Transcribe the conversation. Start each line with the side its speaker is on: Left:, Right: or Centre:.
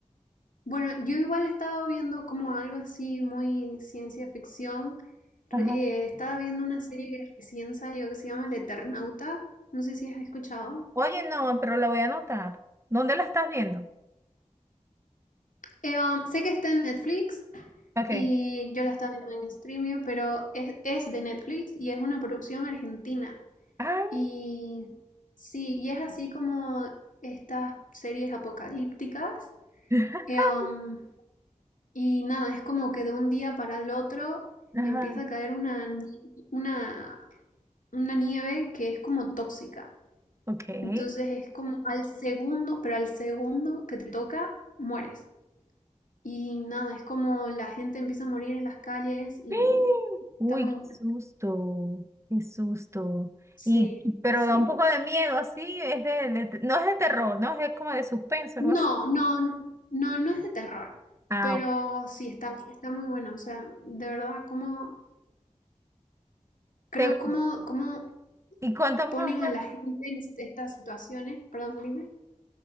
Left: Bueno, yo igual he estado viendo como algo así muy ciencia ficción. Re-
Right: Ajá.
Left: eh, estaba viendo una serie que recién salió que se llama El Eternauta. No sé si has escuchado.
Right: Oye, no, pero la voy a anotar. ¿Dónde la estás viendo?
Left: Eh, um, sé que está en Netflix
Right: Ok.
Left: y yo la estaba viendo en Streamio, pero es, es de Netflix y es una producción argentina.
Right: Ah,
Left: Y sí, y es así como estas series apocalípticas.
Right: <laughs>
Left: Eh, um, Y nada, es como que de un día para el otro
Right: ajá,
Left: empieza a caer una, ni- una, una nieve que es como tóxica.
Right: ok.
Left: Entonces es como al segundo, pero al segundo que te toca, mueres. Y nada, es como la gente empieza a morir en las calles y
Right: <gasps> Uy,
Left: está muy
Right: qué
Left: bueno.
Right: susto, qué susto.
Left: Sí,
Right: Y, y- pero
Left: sí.
Right: da un poco de miedo, así, es de, de- te- no es de terror, no es de- como de suspenso, algo
Left: No,
Right: así.
Left: no, no, no es de terror,
Right: Ah,
Left: pero sí está, está muy bueno. O sea, de verdad, como creo
Right: ¿te gu-
Left: como, como
Right: ¿y cuántos
Left: ponen
Right: más o menos?
Left: a la gente en estas situaciones. Perdón, dime.